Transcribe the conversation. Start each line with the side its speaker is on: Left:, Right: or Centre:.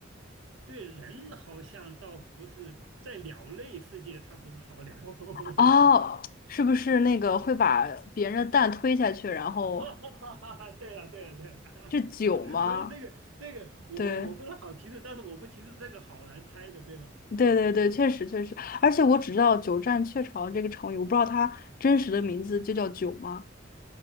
Right: 对人好像倒不是，在鸟类世界它不是好鸟。<laughs>
Left: 哦，是不是那个会把别人的蛋推下去，然后
Right: 哈哈哈对了，对了，对了，
Left: 是酒吗？
Right: <laughs> 所以这个这个我我不是好提示，
Left: 对，
Right: 但是我不提示这个好难猜的，对吧？
Left: 对对对，确实确实，而且我只知道“鸠占鹊巢”这个成语，我不知道它真实的名字就叫酒吗？